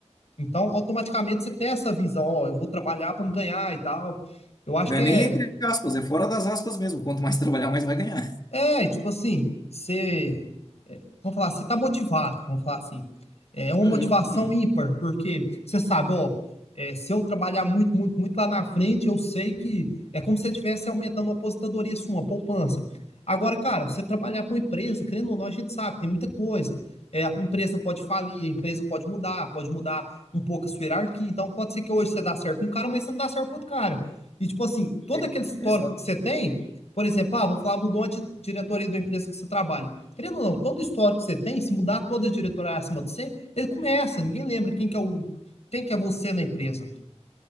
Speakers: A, on the left (about 65°); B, on the left (about 35°).
A: Então, automaticamente você tem essa visão, ó, eu vou trabalhar para me ganhar e tal. Eu acho
B: Não
A: que
B: é
A: é,
B: nem entre aspas, é fora das aspas mesmo. Quanto mais <laughs> trabalhar, mais vai ganhar.
A: é tipo assim, você vamos falar, você tá motivado, vamos falar assim. É uma
B: Uhum,
A: motivação
B: uhum.
A: ímpar, porque você sabe, ó, é, se eu trabalhar muito, muito, muito lá na frente, eu sei que é como se você estivesse aumentando a aposentadoria sua, uma poupança. Agora, cara, você trabalhar para uma empresa, querendo ou não, a gente sabe, tem muita coisa. É, a empresa pode falir, a empresa pode mudar, pode mudar um pouco a sua hierarquia. Então, pode ser que hoje você dá certo com um cara, mas você não dá certo com outro cara. E, tipo assim, todo
B: É,
A: aquele histórico
B: exato,
A: que você tem, por exemplo, ah, vamos falar, mudou a diretoria da empresa que você trabalha. Querendo ou não, todo o histórico que você tem, se mudar toda a diretoria acima de você, ele começa, ninguém lembra quem que é o quem que é você na empresa.